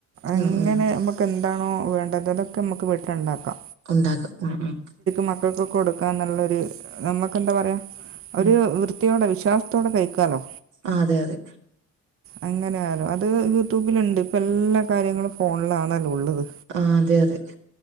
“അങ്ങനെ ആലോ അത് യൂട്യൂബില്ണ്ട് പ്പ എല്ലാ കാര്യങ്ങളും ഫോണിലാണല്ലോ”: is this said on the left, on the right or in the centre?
Right